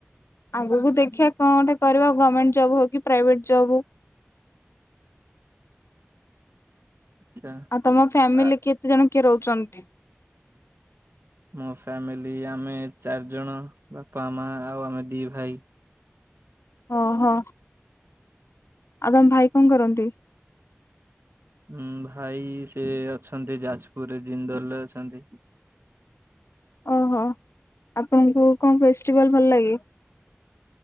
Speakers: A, on the left; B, on the right.
A: ଆଗକୁ ଦେଖିବା କଣ ଗୋଟେ କରିବା ଆଉ ଗମେଣ୍ଟ ଜବ୍ ହଉ କି ପ୍ରାଇଭେଟ୍ ଜବ ହଉ।
B: ଆଚ୍ଛା।
A: ଆଉ ତମ ଫ୍ୟାମିଲି
B: ଆ
A: କେତେ ଜଣ କିଏ ରୋହୁଚନ୍ତ ତି
B: ମୋ ଫ୍ୟାମିଲି ଆମେ ଚାରି ଜଣ ବାପା ମା ଆଉ ଆମେ ଦିଇ ଭାଇ।
A: ଓ ହୋ। ଆଉ ତମ ଭାଇ କଣ କରନ୍ତି?
B: ଉଁ ଭାଇ ସେ ଅଛନ୍ତି ଯାଜପୁରରେ ଜିନ୍ଦଲ ରେ ଅଛନ୍ତି।
A: ଓହୋ ଆପଣଙ୍କୁ କଣ ଫେଷ୍ଟିବାଲ ଭଲ ଲାଗେ?